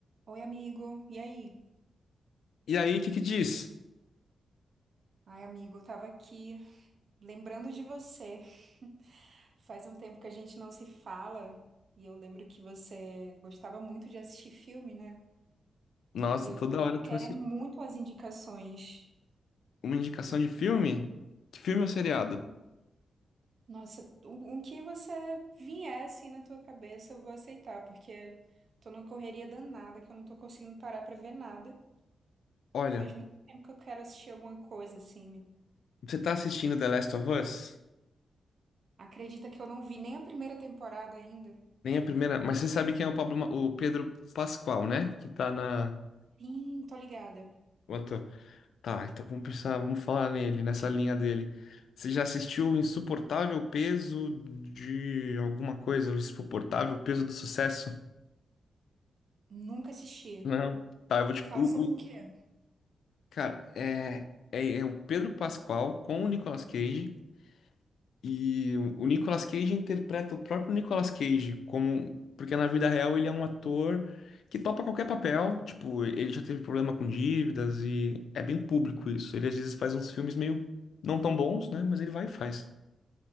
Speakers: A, on the right; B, on the left.
A: Oi, amigo. E aí?
B: E aí, o que que diz?
A: Ai, amigo, eu tava aqui lembrando de você. <laughs> Faz um tempo que a gente não se fala e eu lembro que você gostava muito de assistir filme, né?
B: Nossa,
A: E eu
B: toda
A: tô
B: hora tu...
A: querendo muito as indicações.
B: uma indicação de filme? Que filme ou seriado?
A: Nossa, o, o que você vier assim na tua cabeça, eu vou aceitar, porque tô numa correria danada que eu não tô conseguindo parar pra ver nada.
B: Olha,
A: E faz muito tempo que eu quero assistir alguma coisa assim.
B: você tá assistindo The Last of Us?
A: Acredita que eu não vi nem a primeira temporada ainda?
B: Nem a primeira, mas você sabe quem é o Pablo, Ma- o Pedro Pascal, né? Que tá na
A: Sim, tô ligada.
B: o ator. Tá, então vamos pensar, vamos falar nele, nessa linha dele. Você já assistiu o Insuportável Peso de alguma coisa? O Insuportável Peso do Sucesso?
A: Nunca assisti.
B: Não. Tá, eu vou te.
A: Fala
B: O,
A: sobre
B: o-
A: o quê?
B: Cara, é, é, é o Pedro Pascal com o Nicolas Cage. E o Nicolas Cage interpreta o próprio Nicolas Cage como, porque na vida real ele é um ator que topa qualquer papel, tipo, ele já teve problema com dívidas e é bem público isso. Ele às vezes faz uns filmes meio não tão bons, né, mas ele vai e faz.